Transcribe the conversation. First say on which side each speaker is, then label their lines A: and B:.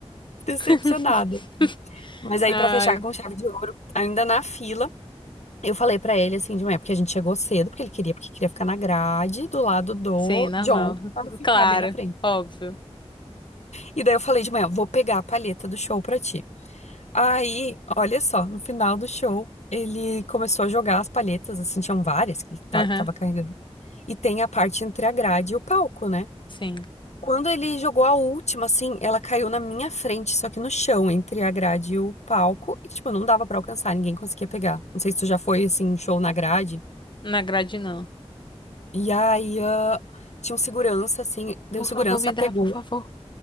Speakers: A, on the left; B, on the left.
A: decepcionada.
B: <laughs>
A: Mas aí,
B: Ai,
A: pra fechar com chave de ouro, ainda na fila, eu falei pra ele assim de manhã, porque a gente chegou cedo, porque ele queria, porque queria ficar na grade do lado do
B: sim, normal.
A: John, pra eu ficar
B: Claro,
A: bem na frente.
B: óbvio.
A: E daí eu falei de manhã, vou pegar a palheta do show pra ti. Aí, olha só, no final do show, ele começou a jogar as palhetas, assim, tinham várias que ele ta-
B: Aham,
A: tava carregando. E tem a parte entre a grade e o palco, né?
B: sim.
A: Quando ele jogou a última, assim, ela caiu na minha frente, só que no chão, entre a grade e o palco. E, tipo, não dava pra alcançar, ninguém conseguia pegar. Não sei se tu já foi, assim, em show na grade.
B: Na grade não.
A: E aí, ah, tinha um segurança, assim, deu
B: Por
A: segurança,
B: favor, me
A: pegou.
B: dá, por favor.